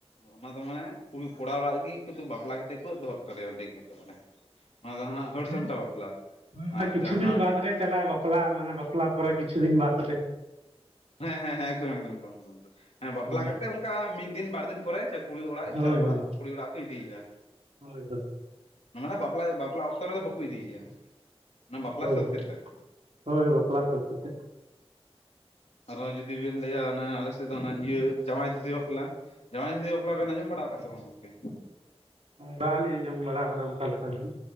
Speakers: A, on the left; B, on the right.
A: ᱚᱱᱟ ᱫᱚ ᱢᱟᱱᱮ ᱠᱩᱲᱤ ᱠᱚᱲᱟ ᱚᱲᱟᱜ ᱨᱮᱜᱤ ᱵᱟᱯᱞᱟ ᱠᱟᱛᱮ ᱠᱚ ᱫᱚᱦᱚ ᱩᱛᱟᱹᱨᱮᱭᱟ, ᱚᱸᱰᱮ ᱢᱟᱱᱮ ᱚᱱᱟ ᱫᱚ ᱦᱟᱸᱜ ᱦᱟᱹᱨ
B: ᱦᱩᱸ
A: ᱥᱟᱢᱴᱟᱣ ᱵᱟᱯᱞᱟ
B: ᱦᱩᱸ
A: ᱟᱨ
B: ᱠᱤᱪᱷᱩ
A: ᱡᱟᱦᱟᱸ
B: ᱫᱤᱱ ᱵᱟᱫᱽ ᱨᱮ ᱪᱟᱞᱟᱜᱼᱟ ᱵᱟᱯ ᱵᱟᱯᱞᱟ ᱢᱟᱱᱮ ᱵᱟᱯᱞᱟ ᱯᱚᱨᱮ ᱠᱤᱪᱩ ᱫᱤᱱ ᱵᱟᱫ ᱵᱟᱛᱨᱮ
A: ᱦᱮᱸ ᱦᱮᱸ ᱦᱮᱸ ᱮᱠᱫᱚᱢ ᱮᱠᱫᱚᱢ ᱮᱫᱚᱢ᱾ ᱦᱮᱸ ᱵᱟᱯᱞᱟ
B: ᱦᱳᱭ
A: ᱠᱟᱛᱮᱜ ᱚᱱᱠᱟ ᱢᱤᱫ ᱫᱤᱱ ᱵᱟᱨ ᱫᱤᱱ ᱯᱚᱨᱮ ᱠᱩᱲᱤ ᱚᱲᱟᱜ
B: ᱦᱳᱭ
A: ᱪᱟᱜ ᱚᱲᱟᱜ
B: ᱦᱳᱭ
A: ᱠᱩᱲᱤ ᱚᱲᱟᱜ ᱠᱚ ᱤᱫᱤᱭᱮᱭᱟ᱾
B: ᱦᱳᱭ
A: ᱚᱱᱟᱫᱚ ᱵᱟᱯᱞᱟ ᱫᱚ ᱵᱟᱯᱞᱟ ᱚᱠ ᱛᱚ ᱨᱮᱫᱚ ᱵᱟᱠᱚ ᱤᱫᱤᱭᱼᱭᱟ, ᱚᱱᱟ ᱵᱟᱯᱞᱟ
B: ᱦᱳᱭ
A: ᱥᱟᱹᱛ
B: ᱦᱳᱭ
A: ᱠᱟᱛᱮᱫ᱾
B: ᱦᱳᱭ ᱵᱟᱯᱞᱟ ᱥᱟᱫ ᱠᱟᱛᱮ᱾
A: ᱟᱨᱦᱚᱸ ᱡᱩᱫᱤ ᱵᱮᱱ ᱞᱟᱹᱭᱟ ᱚᱱᱟ ᱟᱞᱮ ᱥᱮᱫ ᱫᱚ ᱚᱱᱟ ᱤᱭᱟᱹ ᱡᱟᱶᱟᱭ ᱫᱷᱩᱛᱤ ᱵᱟᱯᱞᱟ ᱡᱟᱶᱟᱭ ᱫᱷᱩᱛᱤ ᱵᱟᱯᱞᱟ ᱵᱟᱯᱞᱟ ᱵᱮᱱ ᱟᱸᱢᱚᱢ ᱵᱟᱲᱟᱣᱟᱠᱜᱼᱟ ᱥᱮ ᱵᱟᱝ ᱜᱚᱝᱠᱮ?
B: ᱵᱟᱞᱤᱧ ᱟᱸᱡᱚᱢ ᱵᱟᱲᱟᱣ ᱠᱟᱫᱟ ᱚᱱᱠᱟᱞᱮᱠᱟ ᱫᱚ ᱦᱟᱸᱜ᱾